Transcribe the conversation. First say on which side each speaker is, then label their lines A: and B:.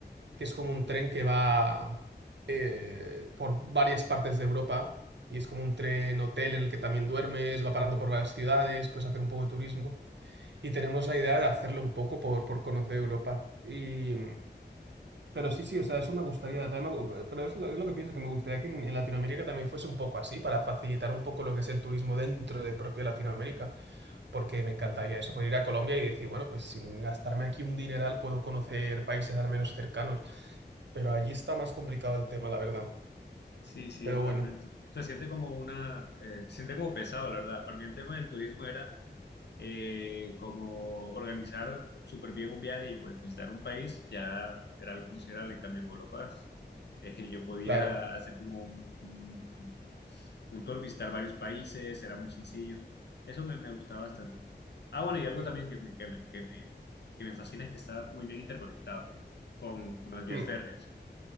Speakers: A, on the right; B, on the left.
A: que es como un tren que va eh, por varias partes de Europa. Y es como un tren hotel en el que también duermes, va parando por varias ciudades, puedes hacer un poco de turismo. Y tenemos la idea de hacerlo un poco por, por conocer Europa. Y. Pero sí, sí, o sea, eso me gustaría. también me gu- pero es lo, es lo que pienso, que me gustaría que en, en Latinoamérica también fuese un poco así, para facilitar un poco lo que es el turismo dentro de propia Latinoamérica, porque me encantaría eso, poder ir a Colombia y decir, bueno, pues sin gastarme aquí un dineral puedo conocer países al menos cercanos. Pero allí está más complicado el tema, la verdad.
B: sí, sí,
A: Pero
B: totalmente.
A: bueno,
B: Se siente como una, eh, se siente como pesado, la verdad. Para mí el tema del turismo era eh, como organizar súper bien un viaje y pues visitar un país, ya era algo considerable. En cambio, en Europa <laughs> eh, yo podía
A: claro.
B: hacer como un, un tour, visitar varios países, era muy sencillo. Eso me, me gustaba bastante. Ah, bueno, y algo
A: Mm,
B: también que me, que me, que me, que me fascina es que está muy bien interconectado con, con las vías
A: mm,
B: férreas.